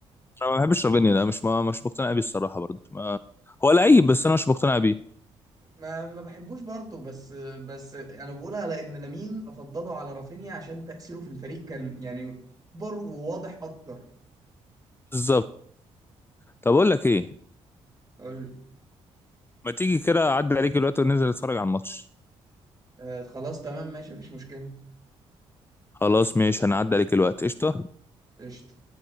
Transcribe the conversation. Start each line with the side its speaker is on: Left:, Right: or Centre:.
Left: انا ما بحبش رافينيا ده مش ما مش مقتنع بيه الصراحه برضه ما هو لعيب بس انا مش مقتنع بيه
Right: ما ما بحبوش برضه بس بس انا بقولها لان لامين افضله على رافينيا عشان تاثيره في الفريق كان يعني اكبر وواضح اكتر
Left: بالظبط طب اقول لك ايه
Right: اقول لي
Left: ما تيجي كده اعدي عليك الوقت وننزل نتفرج على الماتش
Right: آه خلاص تمام ماشي مفيش مشكله
Left: خلاص ماشي هنعدي عليك الوقت قشطه
Right: قشطه